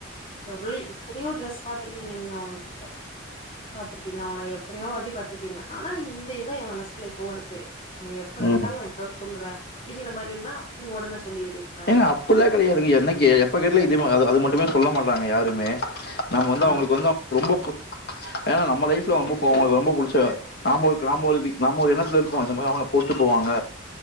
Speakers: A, on the left (about 35°); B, on the left (about 50°).
A: எவ்வளோ எத்தனையோ ட்ரெஸ் பாத்திருப்பீங்க நீங்க அவங்ககிட்ட பாத்துருப்பீங்க அவங்கள எத்தனையோ வாட்டி பாத்திருப்பீங்க ஆனா நீங்க இந்த இதா எம் மனசுக்குள்ள இப்பவு இருக்கு நீங்க எப்ப
B: ம்.
A: கேட்டாலு இப்ப சொல்றே அப்படிங்கிற மாதிரினா நீங்க ஒடனே சொல்லிடுவிங்
B: ஏங்க அப்படில்லாம் கடையாதுங்க என்னைக்கு எப்ப கேட்டாலு இது அது மட்டுமே சொல்ல மாட்டாங்க யாருமே நம்ம வந்து
A: ஆ
B: அவங்களுக்கு வந்து ரொம்ப ஏன்னா நம்ம லைஃப்ல ரொம்ப அவங்களுக்கு ரொம்ப புடிச்ச நாம நாம ஒரு நம ஒரு எண்ணத்துல இருப்போ இந்த மாரி அவங்க போட்டு போவாங்க